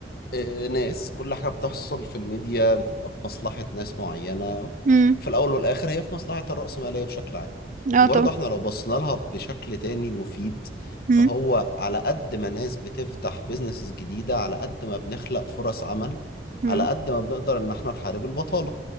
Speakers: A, on the left; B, on the right.
A: آه، ناس كل حاجة بتحصل في الميديا بتبقى في مصلحة ناس معينة
B: امم
A: في الأول والآخر هي في مصلحة الرأسمالية بشكل عام
B: اه
A: وبرضه
B: طبعا
A: احنا لو بصينا لها بشكل تاني مفيد
B: مم.
A: فهو على قد ما ناس بتفتح بيزنسز جديدة على قد ما بنخلق فرص عمل
B: مم.
A: على قد ما بنقدر إن احنا نحارب البطالة